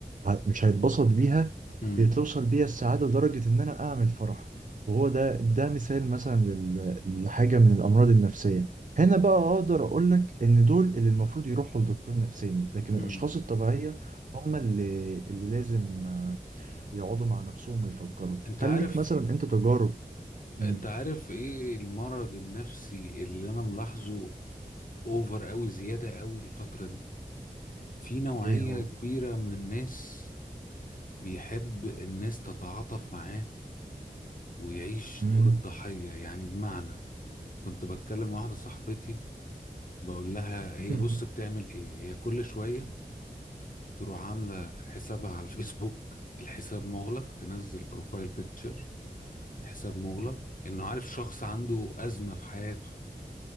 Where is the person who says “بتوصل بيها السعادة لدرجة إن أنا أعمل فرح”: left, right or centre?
Right